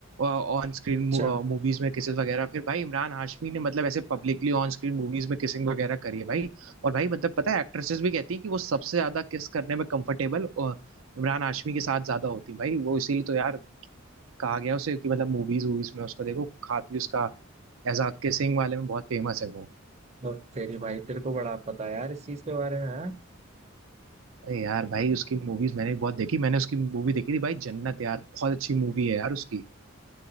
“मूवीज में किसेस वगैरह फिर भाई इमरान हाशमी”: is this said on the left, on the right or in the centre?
Right